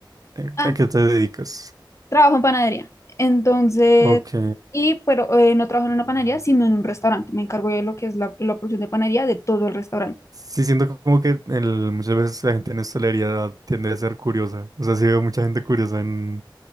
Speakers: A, on the right; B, on the left.
A: en-
B: ah,
A: a qué te dedicas?
B: Trabajo en panadería. Entonces,
A: Ok.
B: y pero eh, no trabajo en una panadería, sino en un restaurante. Me encargo de lo que es la, la producción de panadería de todo el restaurante.
A: Sí, siento como que el- muchas veces la gente en hostelería tiende a ser curiosa. O sea, sí veo mucha gente curiosa en,